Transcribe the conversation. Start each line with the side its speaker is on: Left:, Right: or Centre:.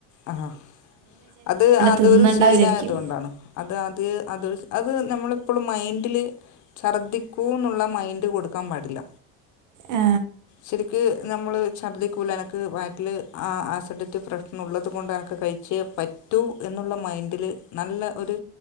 Left: ആഹ് അത് അതൊരു
Right: തിന്നണ്ട
Left: ശീല
Right: വിചാരിക്കും
Left: ആയതുകൊണ്ടാണ് അത് അത് അതൊരു- അത് നമ്മളിപ്പളും മൈന്റില് ഛർദ്ദിക്കൂന്നുള്ള മൈൻഡ് കൊടുക്കാൻ പാടില്ല
Right: ആ,
Left: ശരിക്ക് നമ്മള് ഛർദിക്കൂല. എനക്ക് വയറ്റില് അ ആസിഡറ്റ് പ്രശ്നം ഉള്ളത് കൊണ്ട് എനക്ക് കഴിച്ചേ പറ്റൂ എന്നുള്ള മൈൻഡില് നല്ല ഒരു